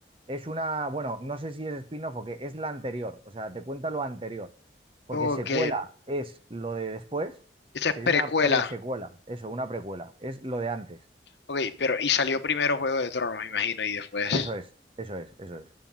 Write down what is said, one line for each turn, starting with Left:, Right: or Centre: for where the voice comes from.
Right: Es una, bueno, no sé si es spin-off o qué, es la anterior, o sea, te cuenta lo anterior, porque
Left: Ok,
Right: secuela es lo de después,
Left: esta
Right: sería
Left: es precuela.
Right: una presecuela, eso, una precuela, es lo de antes.
Left: Ok, pero y salió primero Juego de Tronos, me imagino, y después.
Right: Eso es, eso es, eso es.